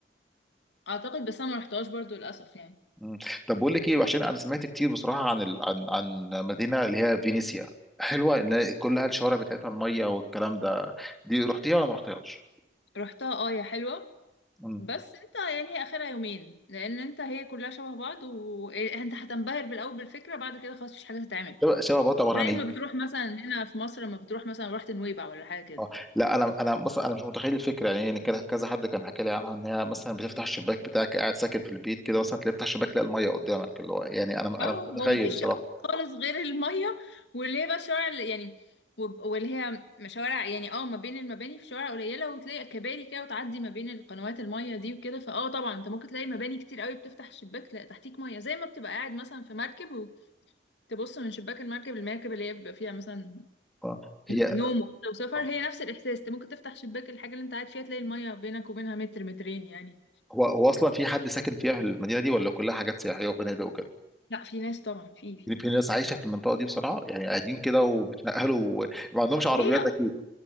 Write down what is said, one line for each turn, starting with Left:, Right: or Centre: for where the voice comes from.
Left: اعتقد بس انا ما رحتهاش برضو للاسف يعني
Centre: مم. طب بقول لك ايه عشان انا سمعت كتير بصراحه عن ال... عن عن مدينه اللي هي فينيسيا حلوه اللي كلها الشوارع بتاعتها الميه والكلام ده دي رحتيها ولا ما رحتيهاش؟
Left: رحتها اه هي حلوه
Centre: مم.
Left: بس انت يعني هي اخرها يومين لان انت هي كلها شبه بعض وانت هتنبهر بالاول بالفكره بعد كده خلاص مفيش حاجه تتعمل
Centre: شبه شبه بطه برهان
Left: زي ما بتروح مثلا هنا في مصر لما بتروح مثلا رحت نويبع ولا حاجه كده
Centre: اه لا انا انا مثلا انا مش متخيل الفكره يعني يعني كده كذا حد كان حكى لي عنها ان هي مثلا بتفتح الشباك بتاعك قاعد ساكن في البيت كده مثلا تلاقي تفتح الشباك تلاقي الميه قدامك اللي هو يعني انا
Left: اه
Centre: انا مش متخيل
Left: هو مفيش
Centre: بصراحه
Left: شوارع خالص غير المية واللي هي بقى الشوارع اللي يعني وب- واللي هي مشوارع يعني اه ما بين المباني في شوارع قليلة وتلاقي كباري كده وتعدي ما بين القنوات المية دي وكده فاه طبعا انت ممكن تلاقي مباني كتير قوي بتفتح الشباك تلاقي تحتيك مية زي ما بتبقى قاعد مثلا في مركب وتبص من شباك المركب المركب اللي هي بيبقى فيها مثلا
Centre: آه. هي
Left: نوم وكده وسفر
Centre: آه،
Left: هي نفس الإحساس انت ممكن تفتح شباك الحاجة اللي انت قاعد فيها تلاقي المية بينك وبينها متر مترين يعني
Centre: هو هو اصلا في حد ساكن فيها في المدينه دي ولا كلها حاجات سياحيه وفنادق
Left: لا في ناس طبعا في في
Centre: في ناس عايشه في المنطقه دي بصراحه يعني قاعدين كده وبيتنقلوا ما عندهمش عربيات
Left: هي
Centre: اكيد